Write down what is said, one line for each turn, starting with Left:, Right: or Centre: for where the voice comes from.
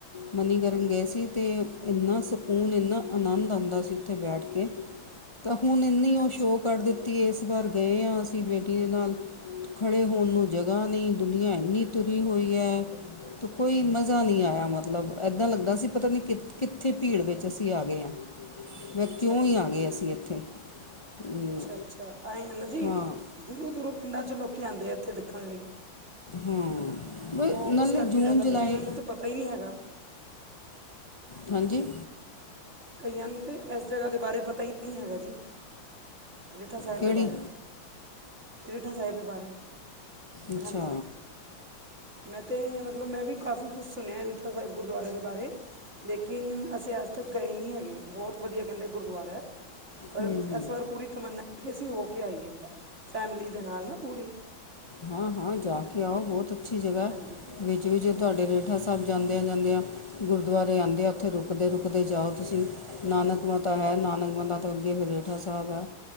Left: ਮਨੀਕਰਨ ਗਏ ਸੀ, ਤੇ ਇੰਨਾ ਸਕੂਨ, ਇੰਨਾ ਅਨੰਦ ਆਂਦਾ ਸੀ, ਉੱਥੇ ਬੈਠਕੇ। ਹੁਣ ਇੰਨੀ ਉਹ
Right: ਅੱਛਾ
Left: ਸ਼ੋਅ ਕੱਢ ਦਿੱਤੀ ਏ, ਇਸ ਵਾਰ ਗਏ ਆਂ, ਅਸੀਂ ਬੇਟੀ ਦੇ ਨਾਲ ਖੜੇ ਹੋਣ ਨੂੰ ਜਗ੍ਹਾ ਨਹੀਂ, ਦੁਨੀਆਂ ਇੰਨੀ ਤੁਰੀ ਹੋਈ ਹੈ। ਤ ਕੋਈ ਮਜ਼ਾ ਨਹੀਂ ਆਇਆ, ਮਤਲਬ ਇੱਦਾਂ ਲੱਗਦਾ ਸੀ, ਅਸੀਂ ਪਤਾ ਨਹੀਂ ਕਿ ਕਿੱਥੇ ਭੀੜ ਵਿੱਚ ਅਸੀਂ ਆ ਗਏ ਹਾਂ ਫੇਰ
Right: ਅੱਛਾ
Left: ਕਿਉਂ
Right: ਅੱਛਾ
Left: ਹੀ ਆ ਗਏ, ਅਸੀਂ ਇੱਥੇ ਅਮ,
Right: ਅੱਛਾ ਅੱਛਾ, ਆਏ ਆ ਨਾ ਜੀ,
Left: ਹਾਂ
Right: ਦੂਰੋਂ - ਦੂਰੋਂ। ਪਿੰਡਾਂ'ਚੋਂ ਲੋਕੀ ਆਂਦੇ ਆ, ਇੱਥੇ ਦੇਖਣ ਲਈ।
Left: ਹਾਂ, ਵਈ
Right: ਉਹ
Left: ਨਾਲੇ
Right: ਉਸ ਕਰਕੇ
Left: ਜੂਨ,
Right: ਜ਼ਿਆਦਾ
Left: ਜੁਲਾਈ।
Right: ਕਈਆਂ ਨੂੰ ਤਾਂ ਪਤਾ ਹੀ ਨਹੀਂ ਹੈਗਾ
Left: ਹਾਂਜੀ
Right: ਕਈਆਂ ਨੂੰ ਤੇ, ਐਸ ਜਗ੍ਹਾ ਦੇ ਬਾਰੇ ਪਤਾ ਹੀ ਨਹੀਂ ਹੈਗਾ ਜੀ ਰੀਠਾ ਸਾਹਿਬ
Left: ਕਿਹੜੀ
Right: ਦੇ ਬਾਰੇ, ਰੀਠਾ ਸਾਹਿਬ ਦੇ ਬਾਰੇ।
Left: ਅੱਛਾ!
Right: ਹਾਂਜੀ ਮੈਂ ਤੇ, ਮਤਲਬ ਮੈਂ ਵੀ ਕਾਫੀ ਕੁਛ ਸੁਣਿਆ ਰੀਠਾ ਸਾਹਿਬ ਗੁਰਦੁਆਰੇ ਦੇ ਬਾਰੇ ਲੇਕਿਨ ਅਸੀਂ ਅੱਜ ਤੱਕ ਗਏ ਨਹੀਂ ਹੈਗੇ, ਬਹੁਤ ਵਧੀਆ ਕਹਿੰਦੇ ਗੁਰਦੁਆਰਾ ਹੈ ਪਰ
Left: ਹੂੰ ਹੂੰ
Right: ਇਸ ਵਾਰ ਪੂਰੀ ਤਮੰਨਾ ਸੀ ਕਿ ਅਸੀਂ ਹੋ ਕੇ ਆਈਏ, ਫੈਮਿਲੀ ਦੇ ਨਾਲ ਨਾ ਪੂਰੀ
Left: ਹਾਂ-ਹਾਂ, ਜਾਕੇ ਆਓ, ਬਹੁਤ ਅੱਛੀ ਜਗਾ
Right: ਹਾਂਜੀ
Left: ਏ। ਵਿੱਚ ਵੀ ਜੇ ਤੁਹਾਡੇ ਰੀਠਾ ਸਾਹਿਬ ਜਾਂਦਿਆਂ ਜਾਂਦਿਆਂ ਗੁਰਦੁਆਰੇ ਆਉਂਦੇ ਆ, ਉੱਥੇ ਰੁਕਦੇ ਰੁਕਦੇ ਜਾਓ ਤੁਸੀਂ ਨਾਨਕ ਮਾਤਾ ਹੈ, ਨਾਨਕ ਮਾਤਾ ਤੋ ਅੱਗੇ ਫਿਰ ਰੀਠਾ ਸਾਹਿਬ ਹੈ,